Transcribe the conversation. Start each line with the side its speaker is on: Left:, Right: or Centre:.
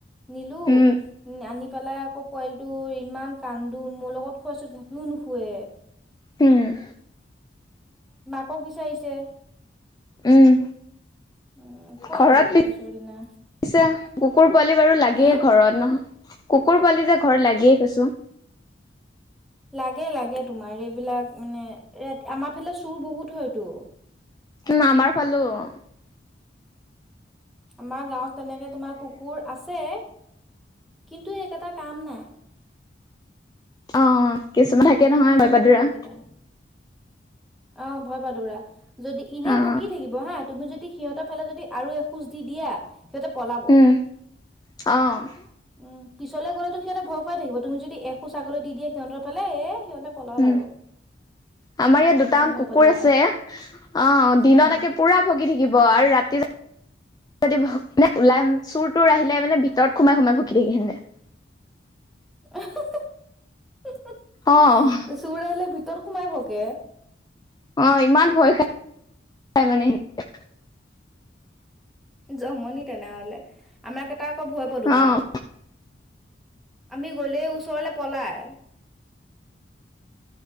Centre: নিলো
Left: উম,
Centre: উম, আনি পেলাই আকৌ পোৱালিটো ইমান কান্দোন মোৰ লগত খৰচত ধাপিও নুশুৱে।
Left: উম,
Centre: ক'ব বিচাৰিছে?
Left: উম
Centre: উম থৈ
Left: ঘৰত
Centre: আহিলোগে
Left: পি
Centre: পিছৰ
Left: পিচে
Centre: দিনা
Left: কুকুৰ পোৱালি বাৰু লাগেই
Centre: হম
Left: ঘৰত নহয় কুকুৰ পোৱালি যে ঘৰত লাগেই কৈছোঁ।
Centre: লাগে, লাগে তোমাৰ এইবিলাক মানে ৰাতি আমাৰ ফালে চুৰ বহুত হয়তো।
Left: উম, আমাৰ ফালেও।
Centre: আমাৰ গাঁৱত তেনেকে তোমাৰ কুকুৰ আছে, কিন্তু ত এটা কাম নাই।
Left: অ', কিছুমান থাকে নহয়
Centre: এনেই
Left: ভয় পাদুৰা।
Centre: সেইকেইটা অ', ভয় পাদুৰা, যদি ইনে
Left: অ'
Centre: ভকি থাকিব হা তুমি যদি সিহঁতৰ ফালে যদি আৰু এখোজ দি দিয়া, সিহঁতে পলাব,
Left: উম, অ'
Centre: উম। পিছলৈ গ'লেতো সিহঁতে ভয় খোৱাই থাকিব, তুমি যদি এখোজ আগলৈ দি দিয়া, সিহঁতৰ ফালে এ সিহঁতে পলাল
Left: উম।
Centre: আৰু।
Left: আমাৰ ইয়াত দুটামান
Centre: ইমান ভয়
Left: কুকুৰ
Centre: পাদুৰা
Left: আছে, অ', দিনত
Centre: উম
Left: একে পুৰা ভুকি থাকিব আৰু ৰাতি যদি নে ওলাই চুৰ তোৰ আহিলে মানে, ভিতৰত সোমাই, সোমাই ভুগি থাকে সিহঁতে।
Centre: <unintelligible>
Left: অ'
Centre: চুৰ আহিলে ভিতৰত সোমাই ভুকে?
Left: অ', ইমান ভয় খাই মানে সিহঁতে।
Centre: জমনি তেনেহলে আমাক কেইটা আকৌ ভয় পদৌৰা।
Left: অ'
Centre: আমি গ'লেই ওচৰলে পলাই।